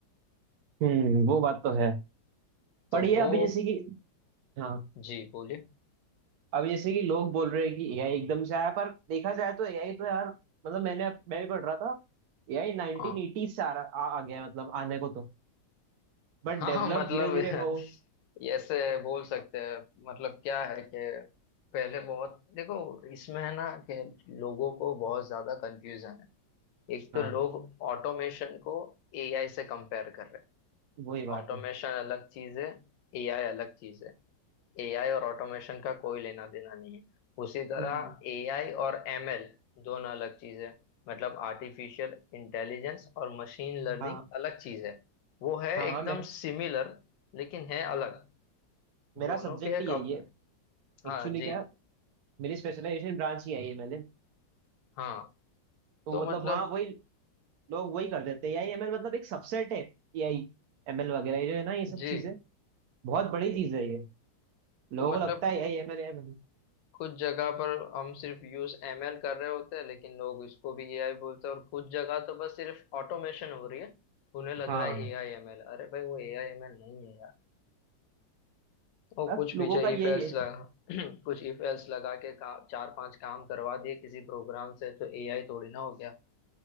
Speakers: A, on the right; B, on the left.
A: हम्म वो बात तो है
B: तो
A: पर ये
B: वो
A: अभी जैसे कि हाँ
B: जी बोलिए
A: अभी जैसे कि लोग बोल रहे हैं कि एआई एकदम से आया पर देखा जाए तो एआई तो यार मतलब मैंने मैं भी पढ़ रहा था एआई 1980
B: हाँ
A: से आ, रहा- आ, आ गया है, मतलब आने को तो बट
B: हाँ
A: डेवलप
B: हाँ, मतलब
A: धीरे धीरे
B: <laughs>
A: हो
B: ऐसे बोल सकते हैं मतलब क्या है कि पहले बहुत देखो इसमें है ना कि लोगों को बहुत ज्यादा कंफ्यूजन है एक
A: हाँ
B: तो लोग ऑटोमेशन को एआई से कंपेयर कर रहे हैं
A: वही बात
B: ऑटोमेशन
A: है
B: अलग चीज है एआई अलग चीज है एआई और ऑटोमेशन का कोई लेना देना नहीं है उसी तरह
A: हम्म,
B: एआई और एमएल दोनों अलग चीज है मतलब आर्टिफिशियल इंटेलिजेंस और मशीन लर्निंग
A: हाँ
B: अलग चीज है वो है
A: हाँ
B: एकदम
A: हाँ मेरा
B: सिमिलर लेकिन है अलग
A: मेरा
B: दोनों
A: सब्जेक्ट
B: के एक
A: ही यही
B: अपने
A: है एक्चुअली
B: हाँ जी
A: क्या मेरी स्पेशलाइजेशन ब्रांच ही आई है मैंने
B: हाँ
A: तो
B: तो
A: मतलब
B: मतलब
A: वहाँ वही लोग वही कर देते हैं एआई एमएल मतलब एक सबसेट है एआई एमएल वगैरह ये जो है ना ये सब
B: जी
A: चीजें बहुत बड़ी चीज है ये लोगों
B: तो मतलब
A: को लगता है एआई एमएल एमएल
B: कुछ जगह पर हम सिर्फ यूज एमएल कर रहे होते हैं लेकिन लोग इसको भी एआई बोलते हैं और कुछ जगह तो बस सिर्फ ऑटोमेशन हो रही है उन्हें लग
A: हाँ
B: रहा है एआई एमएल अरे भाई वो एआई एमएल नहीं है यार वो
A: अब
B: कुछ पीछे
A: लोगों का यही
B: इफ एल्स
A: है
B: लगा <clears throat> कुछ इफ एल्स लगा के का, चार पांच काम करवा दिए किसी प्रोग्राम से तो एआई थोड़ी ना हो गया